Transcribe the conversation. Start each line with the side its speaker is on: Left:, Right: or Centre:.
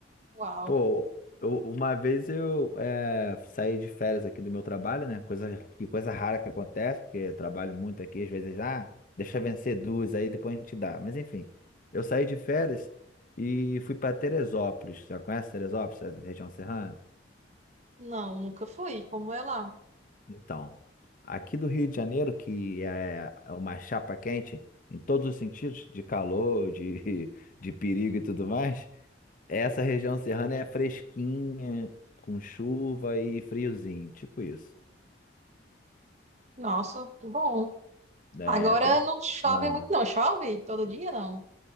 Right: Uau.
Left: Pô, eu- uma vez eu eh, saí de férias aqui do meu trabalho, né? Coisa, que coisa rara que acontece, porque eu trabalho muito aqui, às vezes, ah, deixa vencer duas aí, depois a gente dá. Mas enfim, eu saí de férias e fui para Teresópolis. Você conhece Teresópolis, essa região serrana?
Right: Não, nunca fui. Como é lá?
Left: Então, aqui do Rio de Janeiro, que é é uma chapa quente em todos os sentidos, de calor, de, <laughs> de perigo e tudo mais, Essa região serrana é fresquinha, com chuva e friozinho, tipo isso.
Right: Nossa, que bom.
Left: É,
Right: Agora
Left: pensa-
Right: não chove
Left: Ah.
Right: muito, não. Chove todo dia, não?